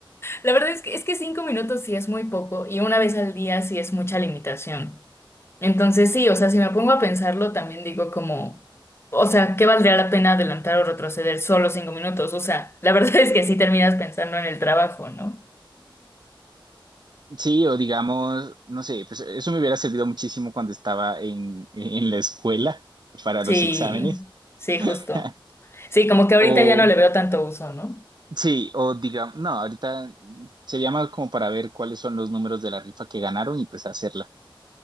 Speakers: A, on the left (about 30°); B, on the right (about 55°).
A: La verdad es que, es que cinco minutos sí es muy poco y una vez al día sí es mucha limitación. Entonces sí, o sea, si me pongo a pensarlo, también digo como, o sea, ¿qué valdría la pena adelantar o retroceder solo cinco minutos? O sea, la verdad <laughs> es que sí terminas pensando en el trabajo, ¿no?
B: sí, o digamos, no sé, pues eso me hubiera servido muchísimo cuando estaba en, en la escuela para
A: Sí,
B: los exámenes. <laughs>
A: sí, justo. Sí, como que ahorita
B: O
A: ya no le veo tanto uso, ¿no?
B: sí, o digamos, no, ahorita sería más como para ver cuáles son los números de la rifa que ganaron y pues hacerla.